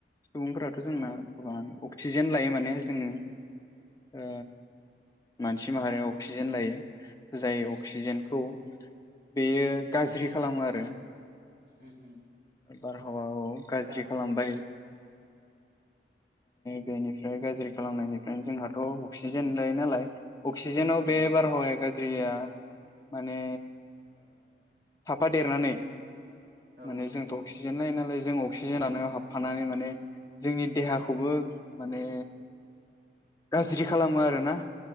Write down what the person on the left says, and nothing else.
सुबुंफोराथ' जोंना
गोबां <unintelligible> लायो माने जोङो ओ मानसि माहारियाव अक्सिजेन लायो जाय
अक्सिजेनखौ बेयो गाज्रि खालामो आरो
बारहावा औ गाज्रि
खालामबाय बेनिफ्राय गाज्रि खालामनायनिफ्रायनो जोंहाथ अक्सिजेन लायो नालाय अक्सिजेनाव
बे बारहावाया गाज्रिया माने साफा देरनानै
माने जों अक्सिजेन लायो नालाय जों अक्सिजेनानो हाबफानानै माने जोंनि देहाखौबो माने गाज्रि खालामो आरोना